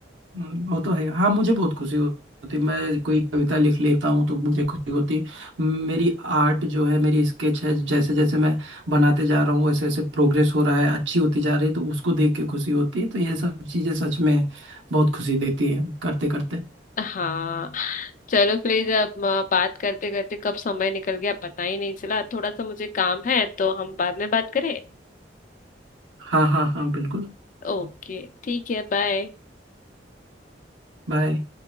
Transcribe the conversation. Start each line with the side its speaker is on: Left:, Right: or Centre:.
Right: हम्म, वो तो है हाँ मुझे बहुत खुशी हो- होती है। मैं कोई कविता लिख लेता हूँ तो मुझे खुशी होती है। मेरी आर्ट जो है मेरी स्केच है जैसे जैसे मैं बनाते जा रहा हूँ वैसे वैसे प्रोग्रेस हो रहा है अच्छी होती जा रही है तो उसको देख के खुशी होती है तो ये सब चीज़ें सच में बहुत खुशी देती है करते करते
Left: हाँ चलो फिर अब आ, बात करते करते कब समय निकल गया पता ही नहीं चला थोड़ा सा मुझे काम है तो हम बाद में बात करें
Right: हाँ हाँ हाँ बिल्कुल
Left: ओके ठीक है बाय
Right: बाय